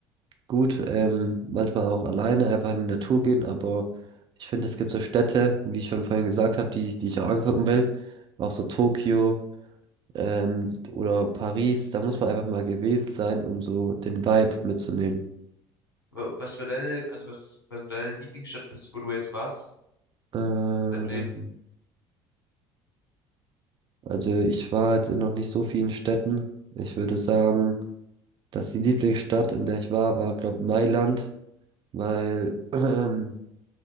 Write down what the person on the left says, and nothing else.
Wa- Was war deine, also was, was war deine Lieblingsstadt bist, wo du jetzt warst
in deinem Leben?